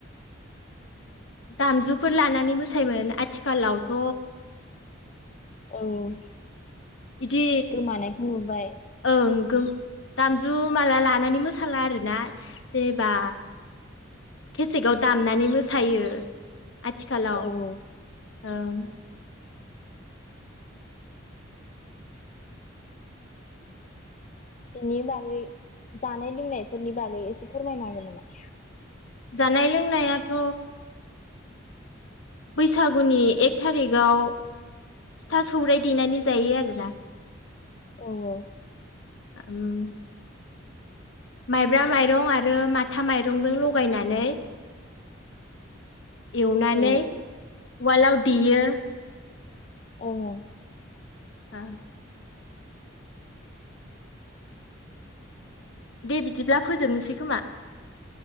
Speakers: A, on the left; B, on the left.
A: दामजुफोर लानानै मोसायोमोन आथिखालावथ
B: औ औ
A: इदि
B: गोमानायखौ नुबाय
A: ओं गोम दामजु माला लानानै मो साला आरोना जेनेबा केसेकआव दामनानै मोसायो आथिखालाव
B: औ औ
A: ओं
B: बेनि बागै जानाय लोंनायफोरनि बागै एसे फोरमायनो हागोन नामा
A: जानाय लोंनायाथ बैसागुनि एक थारिगाव फिथा सौराइ देनानै जायो आरोना
B: औ औ
A: <unintelligible> माइब्रा माइरं आरो माथा माइरंजों लगायनानै एवनानै
B: औ
A: वालाव देयो
B: औ औ
A: <unintelligible> दे बिदिब्ला फोजोबनोसै खोमा